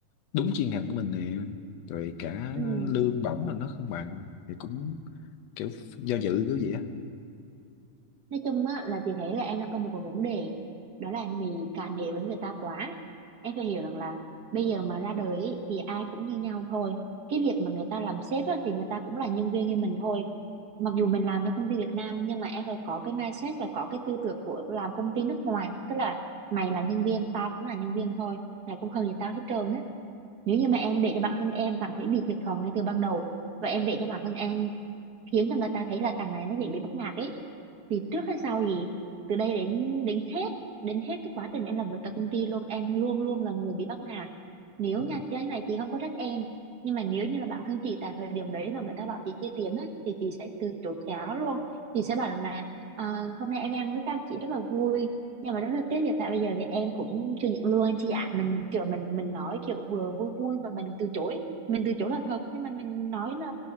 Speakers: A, on the left; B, on the right.
A: đúng chuyên ngành của mình nè rồi cả
B: ừ
A: lương bổng là nó không bằng thì cũng kiểu do dự kiểu gì á
B: nói chung á là chị thấy là em đang có một cái vấn đề đó là em bị cả nể với người ta quá em phải hiểu rằng là bây giờ mà ra đời ý, thì ai cũng như nhau thôi cái việc mà người ta làm sếp á, thì người ta cũng là nhân viên như mình thôi mặc dù mình làm cho công ty Việt Nam nhưng mà em phải có cái mindset và có cái tư tưởng của làm công ty nước ngoài tức là mày là nhân viên tao cũng là nhân viên thôi mày cũng hơn gì tao hết trơn á nếu như mà em để cho bản thân em cảm thấy bị thiệt thòi ngay từ ban đầu và em để cho bản thân em khiến cho người ta thấy là thằng này nó dễ bị bắt nạt ấy thì trước hay sau gì từ đây đến đến hết đến hết cái quá trình em làm việc tại công ty luôn em luôn luôn là người bị bắt nạt nếu
A: Đúng.
B: nha cái này chị không có trách em nhưng mà nếu như là bản thân chị tại thời điểm đấy mà người ta bảo chị chia tiền á thì chị sẽ từ chối khéo luôn chị sẽ bảo rằng là "Ờ, hôm nay em đi ăn với các chị rất là vui nhưng mà rất là tiếc hiện tại bây giờ thì em cũng chưa nhận lương anh chị ạ mình kiểu mình mình nói kiểu vừa vui vui mà mình từ chối mình từ chối là thật nhưng mà mình nói là